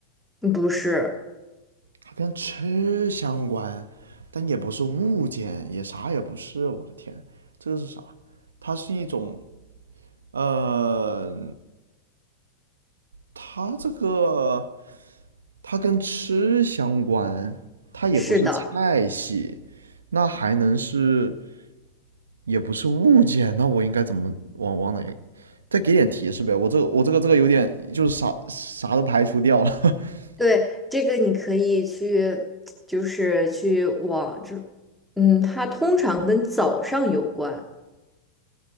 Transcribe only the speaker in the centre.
嗯不是，
是的，
对，这个你可以去，就是去往，就，嗯，它通常跟早上有关，